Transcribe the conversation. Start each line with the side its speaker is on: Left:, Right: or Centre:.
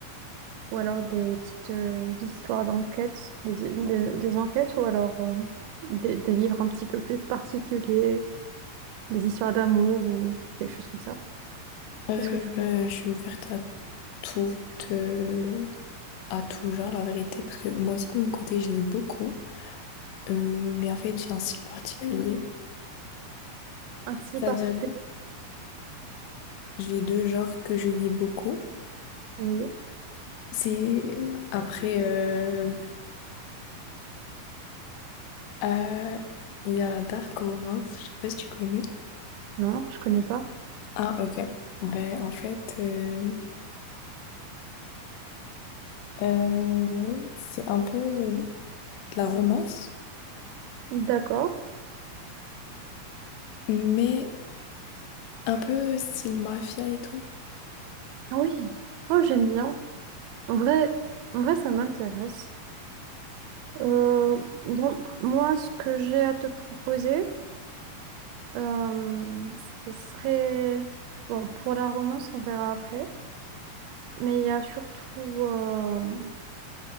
Right: ou alors des petites euh, histoires d'enquête, des, des- des enquêtes, ou alors euh, des, des livres un petit peu plus particuliers, des histoires d'amour ou quelque chose comme ça.
Left: Euh,
Right: Qu'est-ce que tu...
Left: ben, je suis ouverte à tout, euh, à tout genre, la vérité, parce que moi aussi, de mon côté, je lis beaucoup. Euh, mais en fait, j'ai un style particulier.
Right: Un si
Left: C'est-à-dire,
Right: particulier?
Left: j'ai deux genres que je lis beaucoup.
Right: Oui.
Left: C'est après, euh, euh, il y a la dark romance, je sais pas si tu connais.
Right: Non, je connais pas.
Left: Ah, ok. Ben, en fait, euh, euh, c'est un peu de la romance,
Right: D'accord.
Left: mais un peu style mafia et tout.
Right: Ah Oui. Oh, j'aime bien. En vrai, en vrai, ça m'intéresse. Euh, bon, moi, ce que j'ai à te proposer, euh, ce serait... Bon, pour la romance, on verra après. Mais il y a surtout... euh,